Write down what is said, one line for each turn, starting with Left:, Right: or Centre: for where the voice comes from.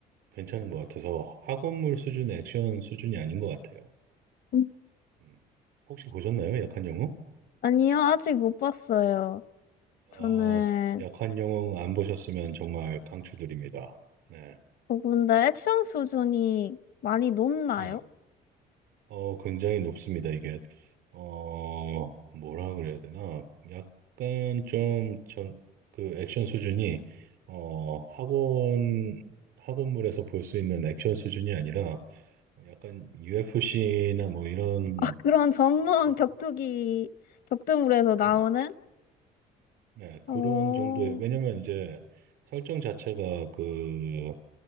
Right: 괜찮은 것 같아서 학원물 수준의 액션 수준이 아닌 것 같아요.
Left: 음.
Right: 음. 혹시 보셨나요? 약한 영웅?
Left: 아니요, 아직 못 봤어요. 저는
Right: 아, 약한 영웅 안 보셨으면 정말 강추드립니다. 네.
Left: 어, 근데 액션 수준이 많이 높나요?
Right: 네. 어, 굉장히 높습니다. 이게, 어, 뭐라 그래야 되나. 약간 좀 전, 그 액션 수준이, 어, 학원, 학원물에서 볼 수 있는 액션 수준이 아니라 약간 UFC나 뭐 이런,
Left: 그런 전문
Right: 어, 거-
Left: 격투기 격투물에서 나오는?
Right: 네, 네, 그런
Left: 어,
Right: 정도의, 왜냐면 이제 설정 자체가 그